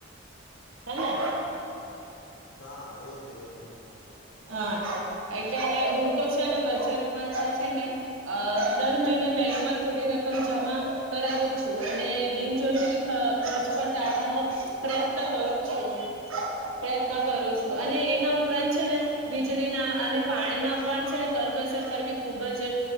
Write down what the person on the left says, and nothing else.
હા એજ નહી એજ નહી